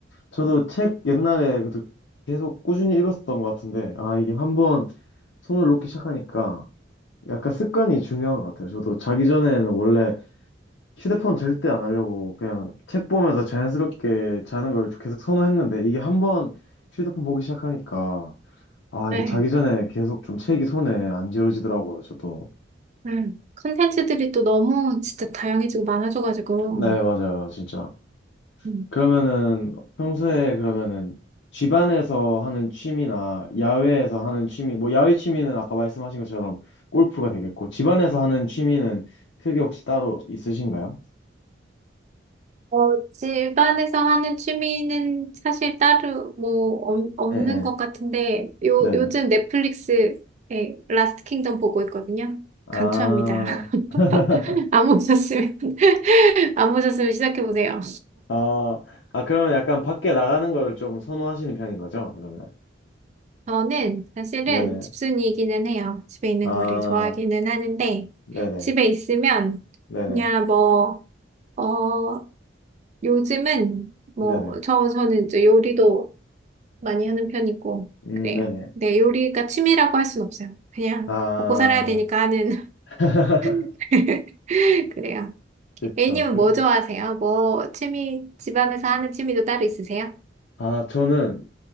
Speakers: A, on the left (about 65°); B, on the right (about 35°).
A: 저도 책 옛날에 그래도 계속 꾸준히 읽었었던 것 같은데 아 이게 한번 손을 놓기 시작하니까 약간 습관이 중요한 것 같아요 저도 자기 전에는 원래 휴대폰 절대 안 하려고 그냥 책 보면서 자연스럽게 자는 걸 계속 선호했는데 이게 한번 휴대폰 보기 시작하니까 아
B: 네.
A: 이게 자기 전에 계속 좀 책이 손에 안 지워지더라고요 저도
B: 네. 컨텐츠들이 또 너무 진짜 다양해지고 많아져가지고,
A: 네 맞아요 진짜
B: 음.
A: 그러면은 평소에 그러면은 집안에서 하는 취미나 야외에서 하는 취미 뭐 야외 취미는 아까 말씀하신 것처럼 골프가 되겠고 집안에서 하는 취미는 크게 혹시 따로 있으신가요?
B: 어, 집안에서 하는 취미는 사실 따로 뭐 없- 없는
A: 예, 예.
B: 것 같은데, 요,
A: 네네.
B: 요즘 넷플릭스에 라스트 킹덤 보고 있거든요.
A: 아.
B: 강추합니다. <laughs>
A: <laughs>
B: 안 보셨으면, <laughs> 안 보셨으면 시작해보세요.
A: 아, 아, 그러면 약간 밖에 나가는 거를 좀 선호하시는 편인 거죠, 그러면?
B: 저는 사실은
A: 네네.
B: 집순이이기는 해요. 집에 있는
A: 아,
B: 거를 좋아하기는 하는데,
A: 네네.
B: 집에 있으면
A: 네네.
B: 그냥 뭐, 어, 요즘은 뭐,
A: 네네.
B: 저, 저는 이제 요리도 많이 하는 편이고,
A: 음,
B: 그래요.
A: 네네.
B: 네, 요리가 취미라고 할 순 없어요. 그냥
A: 아,
B: 먹고 살아야 되니까 하는,
A: <laughs>
B: <laughs> 그래요.
A: 그쵸.
B: A님은
A: 그,
B: 뭐 좋아하세요? 뭐, 취미, 집안에서 하는 취미도 따로 있으세요?
A: 아, 저는